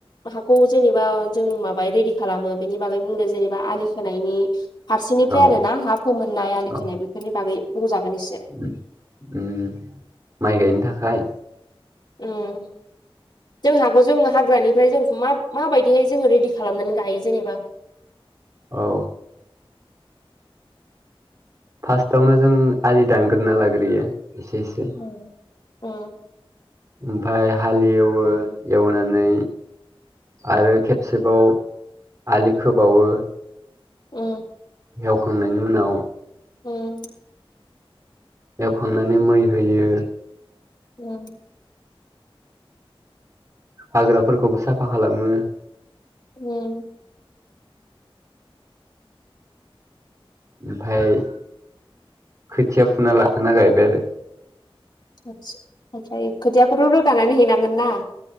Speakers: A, on the left; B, on the right.
A: हाखौ जेनेबा जों माबा रेडि खालामो बेनि बागै बुंदो जेनेबा आलि खोनायनि फारसेनिफ्राय
B: औ
A: आरो ना हा फोमोननाय आलि
B: औ
A: खोनाय बेफोरनि बागै बुंजागोन एसे
B: उम उम माइ गायनो थाखाय
A: उम जों हागौ जों हाग्रानिफ्राय जों मा-माबायदियै जोङो रेडि खालामनानै गायो जेनेबा।
B: औ फार्स्टावनो जों आलि दानग्रोना लाग्रोयो एसे एसे
A: उम उम
B: ओमफाय हालेवो एवनानै आरो खेबसेबाव आलि खोबावो
A: उम
B: एवखांनायनि उनाव
A: उम
B: एवखांनानै मै होयो।
A: उम
B: हाग्राफोरखौबो साफा खालामो।
A: उम
B: ओमफाय खोथिया फुना लाखाना गायबाय आरो
A: आतसा ओमफाय खोथियाखौथ' रोगानानै हैनांगोन ना